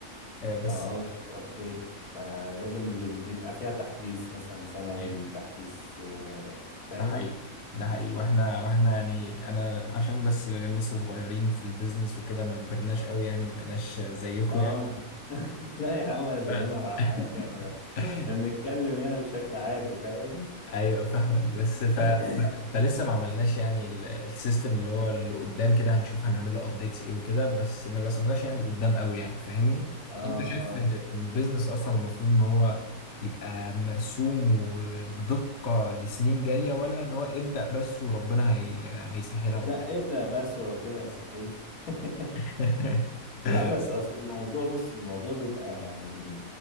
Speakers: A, on the left (about 60°); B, on the left (about 85°).
A: آه بس
B: او اوت اوف ابديت فلازم بن- بيبقى فيها تحديث مثلا سنوي
A: أيوة.
B: تحديث آه، فاهم
A: ده حقيقي ده حقيقي واحنا واحنا يعني انا عشان بس لسه صغيرين في البيزنس وكده ما كبرناش قوي يعني ما بقيناش زيكم
B: اه
A: يعني
B: <laughs> لا يا عم ولا زينا
A: ف-
B: ولا حاجة احنا
A: <laughs>
B: بنتكلم يعني بشكل عادي فاهم
A: ايوه فاهمك بس ف...
B: <coughs>
A: ف- فلسه ما عملناش يعني ال- السيستم اللي هو اللي قدام كده هنشوف هنعمل له ابديتس ايه وكده بس ما رسمناش يعني اللي قدام قوي يعني فاهمني
B: اه
A: انت شايف
B: اه
A: ان البيزنس اصلا المفروض ان هو يبقى مرسوم وبدقة لسنين جاية ولا ان هو ابدأ بس وربنا هي... هيسهلها قدام
B: لا ابدأ بس وربنا يسهل <laughs>
A: <laughs>
B: لا بس اصل الموضوع بص الموضوع بيبقى يعني